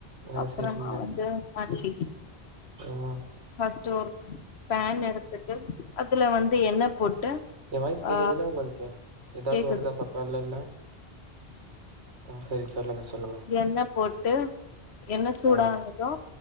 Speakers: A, on the right; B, on the left.
A: ஆ
B: அப்பறமா
A: செரிங்க
B: வந்து மல்லி
A: ம்
B: ஃபஸ்ட்டு ஒரு பேன் எடுத்துட்டு அதுல வந்து எண்ணெ போட்டு
A: ஏ வாய்ஸ் கேக்குத்தான
B: ஆ
A: உங்களுக்கு எதாவ்து
B: கேக்குது
A: வருதா பாப் பண்லன்டா ஆ செரி செ சொல்லுங்க சொல்லுங்க
B: எண்ண போட்டு எண்ண சூடானது
A: ஆ